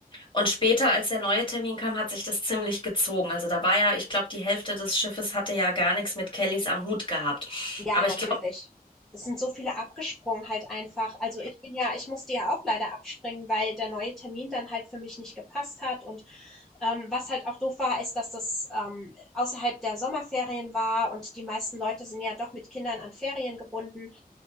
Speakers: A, on the left (about 30°); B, in the centre.
A: Und später, als der neue Termin kam, hat sich das ziemlich gezogen. Also da war ja, ich glaube, die Hälfte des Schiffes hatte ja gar nichts mit Kellys am Hut gehabt.
B: Ja,
A: Aber
B: natürlich.
A: ich glaube,
B: Es sind so viele abgesprungen halt einfach. Also ich bin ja ich musste ja auch leider abspringen, weil der neue Termin dann halt für mich nicht gepasst hat. Und ähm, was halt auch doof war, ist, dass das ähm, außerhalb der Sommerferien war und die meisten Leute sind ja doch mit Kindern an Ferien gebunden.